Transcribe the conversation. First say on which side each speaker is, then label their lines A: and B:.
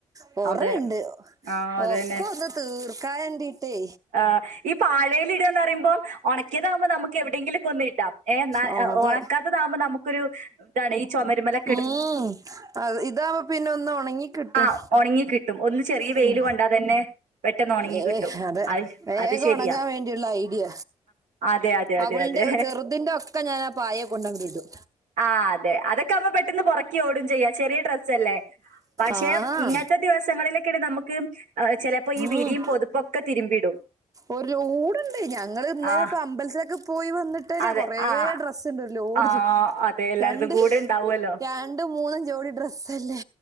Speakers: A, on the right; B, on the right.
A: കൊറേണ്ട്
B: അതെ. ആഹ് അതന്നെ
A: ഒക്കെ ഒന്ന് തീർക്കാൻ വേണ്ടിട്ടേ
B: ആഹ്. ഈ പാഴേലിടാന്ന് പറയുമ്പം ഒണ ക്കിയതാവുമ്പോ നമുക്ക് എവിടെയെങ്കിലും കൊണ്ട് ഇടാം. ഏഹ് ന
A: ഓ അതെ
B: ഒണക്കാത്തതാകുമ്പം നമുക്കൊരു ഇതാണ് ഈ ചൊമര്മലൊ
A: ഉം. അഹ് ഇതാവുമ്പം പിന്നെ ഒന്ന് ഒണങ്ങിക്കിട്ടും
B: ആഹ് ഒണങ്ങി കിട്ടും. ഒന്ന് ചെറിയ വെയില്
A: ഉം.
B: കൊണ്ടാ തന്നെ പെട്ടെന്ന് ഒണങ്ങി
A: ഏഹ്
B: കിട്ടും.
A: അതെ
B: അത്
A: വേഗം
B: അത് ശെരിയാ.
A: ഒണങ്ങാൻ വേണ്ടിയുള്ള ഐഡിയ.
B: അതെ അതെ അതെ
A: അവൾന്റെ
B: അതെ.
A: ചെറുതിന്റെ ഒക്കെ ഞാനാ പായെ കൊണ്ടങ്ങിടും.
B: ആഹ് അതെ. അതൊക്കാവുമ്പോ പെ ട്ടന്ന് പൊറക്കി ഓടും ചെയ്യാ. ചെറിയ ഡ്രസ്സല്ലേ. പക്ഷെ,
A: ആ
B: ഇങ്ങനത്തെ ദിവസങ്ങളിലൊക്കെണ് നമ്മക്ക് ഏഹ് ചെലപ്പോ ഈ വിരീം
A: ഉം
B: പൊതപ്പൊക്കെ തിരുമ്പിടും.
A: ഒരു ലോഡ്ണ്ട്. ഞങ്ങള് ഇന്നലെപ്പ
B: ആഹ്
A: അമ്പലത്തിലൊക്കെ പോയി വന്നിട്ടന്നെ
B: അതെ.
A: കൊറേ
B: ആഹ്
A: ഡ്രസ് സ്ണ്ട് ഒരു ലോഡ്
B: ആഹ്
A: ചു.
B: അതെ എല്ലാരതും
A: രണ്ട്
B: കൂടെ ഇണ്ടാവുവല്ലോ.
A: രണ്ടും മൂന്നും ജോടി ഡ്രസ്സല്ലേ.